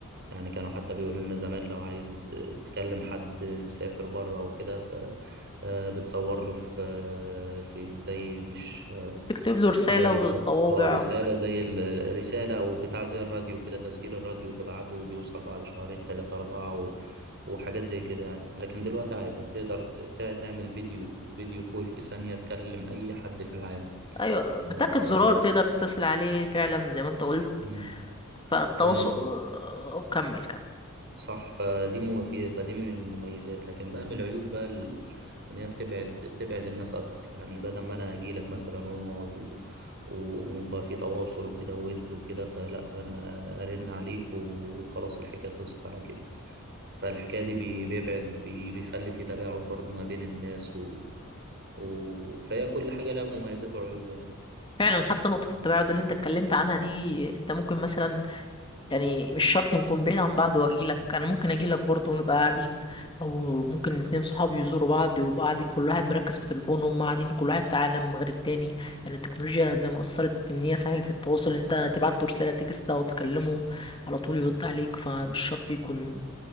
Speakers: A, on the right; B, on the left.
A: يعني كانوا حتى بيقولوا لنا زمان لو عايز تكلم حد مسافر بره وكده ف آه، بتصور له في آه، في زي مش
B: تكتب له رسالة
A: زي الف...
B: وطوابع
A: اه رسالة زي الرسالة أو بتاع زي الراديو كده تسجيل الراديو تبعته وبيوصل بعد شهرين تلاتة أربعة و... وحاجات زي كده يعني لكن دلوقتي عادي تقدر ت... ت- تعمل فيديو فيديو كول في ثانية تكلم أي حد في العالم
B: أيوة
A: ف...
B: بتاكد زرار
A: ف...
B: تقدر تتصل عليه فعلا زي ما انت قلت
A: مم.
B: فالتواصل
A: ف...
B: آه، كمل كمل
A: صح فدي مو في فدي من المميزات لكن بقى من العيوب بقى ال... ان هي بتبعد بتبعد الناس اكتر يعني بدل ما انا اجي لك مثلا ونقعد و... ويبقى في تواصل وكده ود وكده فلا انا ارن عليك وخلاص الحكايه خلصت على كده فالحكايه دي بي- بيبعد بي... بيخلي في تباعد برضو ما بين الناس و... و... فهي كل حاجه لها مميزات وعيوب يعني
B: فعلا حتى نقطة التباعد اللي انت اتكلمت عنها دي انت ممكن مثلا يعني مش شرط نكون بعيد عن بعض واجيلك انا ممكن اجيلك برضه ونبقى قاعدين او ممكن اتنين صحابي يزوروا بعض ويبقى قاعدين كل واحد مركز في تليفونه وهم قاعدين كل واحد في عالم غير التاني يعني التكنولوجيا زي ما اثرت ان هي سهلت التواصل إن انت تبعت له رساله تكست او تكلمه على طول يرد عليك فمش شرط يكون